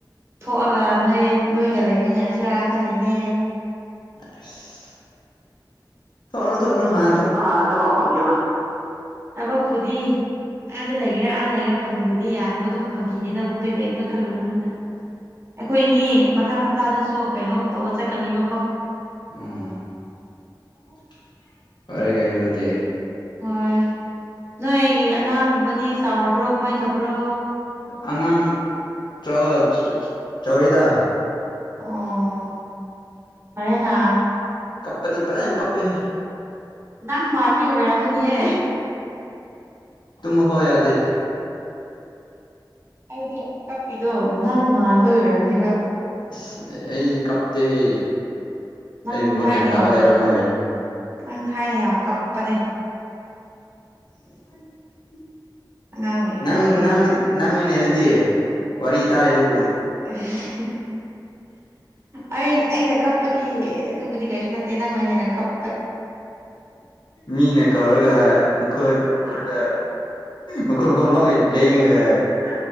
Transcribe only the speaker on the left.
ꯑꯁ ꯊꯣꯛꯎꯅꯨ ꯊꯣꯛꯎꯅꯨ ꯍꯥ
ꯑꯣ ꯐꯔꯦ ꯀꯥꯅꯣ ꯑꯗꯨꯗꯤ
ꯑꯉꯥꯡ ꯆꯥꯎ ꯆ ꯆ ꯆ ꯆꯥꯎꯔꯦꯗꯥ
ꯀꯞꯄꯗꯤ ꯐꯖꯅ ꯀꯞꯄꯦ ꯍꯦ
ꯇꯨꯝ ꯍꯣ ꯌꯥꯗ
ꯏꯁ ꯑꯩ ꯀꯞꯇꯦꯍꯦ
ꯑꯩꯒꯨꯝꯕ
ꯒ꯭ꯌꯥꯟ ꯇꯥꯕ
ꯂꯩꯔꯝꯃꯣꯏ
<unintelligible>
ꯅꯪ ꯅꯪ ꯅꯪꯅꯤꯅꯦ ꯗꯨꯗꯤ ꯋꯥꯔꯤ ꯇꯥꯏꯗꯣ ꯎꯕꯗꯥ
ꯃꯤꯅ ꯀꯧꯔꯒ ꯃꯈꯣꯏ
ꯍꯦꯛꯇꯥ ꯃꯈꯣꯟ ꯃꯈꯣꯟ ꯂꯣꯏ ꯂꯦꯡꯉꯒ